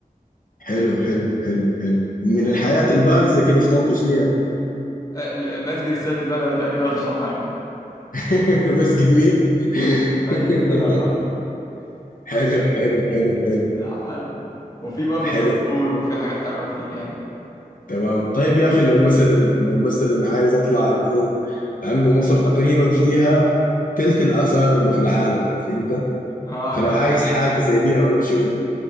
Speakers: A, on the left (about 65°); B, on the left (about 25°).
A: حلو حلو حلو حلو من الحياه
B: لا
A: البارزه كده في طنطا شنو يعني؟
B: آه، مسجد السيد البدوي تقريبا ولا مش عارف حاجه
A: <laughs> بس جميل
B: سيد
A: <laughs>
B: البدوي لا
A: حلو حلو حلو حلو
B: لا حلو وفي برضه
A: حلو
B: كارفور وفي حاجات حلوة كتير يعني
A: تمام طيب يا اخي لو مثلا لو مثلا عايز اطلع اللي هو لانه مصر تقريبا فيها تلت الاثار اللي في العالم فهمت؟
B: اه
A: فلو
B: ده
A: عايز
B: اكيد
A: حاجه زي دي يعني انا امشي وين؟